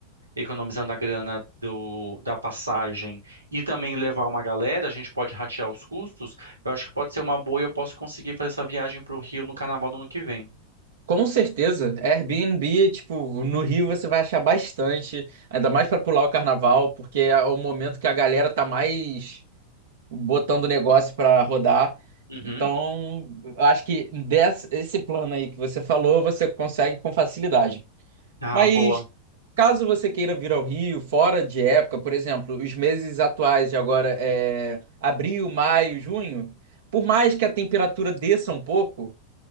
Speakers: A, on the right; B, on the right.
A: economizando a grana do, da passagem e também levar uma galera, a gente pode ratear os custos. Eu acho que pode ser uma boa e eu posso conseguir fazer essa viagem pro Rio no carnaval do ano que vem.
B: Com certeza, Airbnb, tipo, no Rio você vai achar bastante, ainda mais para pular o carnaval, porque é o momento que a galera tá mais botando o negócio para rodar.
A: Uhum.
B: Então, eu acho que desse, esse plano aí que você falou, você consegue com facilidade.
A: Ah,
B: Mas
A: boa.
B: caso você queira vir ao Rio, fora de época, por exemplo, os meses atuais de agora é abril, maio, junho, por mais que a temperatura desça um pouco,